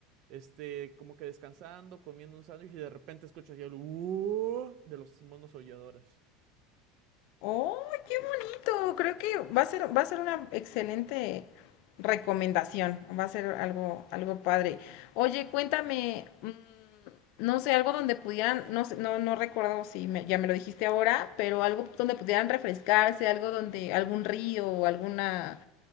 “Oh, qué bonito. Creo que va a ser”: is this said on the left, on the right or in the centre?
Left